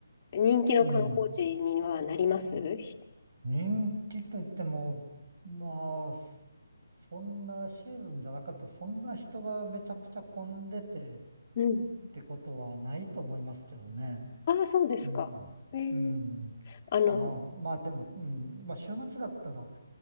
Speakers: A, on the left; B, on the right.
A: 人気の観光地にはなりますひ
B: うん。人気といっても、まあ、そそんなシーズンじゃなかったら、そんな人がめちゃくちゃ混んでてっ
A: うん。
B: てことはないと思いますけどね。
A: ああ、そうですか。
B: うん。
A: えー、
B: うん。
A: あの、
B: あ、まあ、まあでも、うん。まあ週末だったら、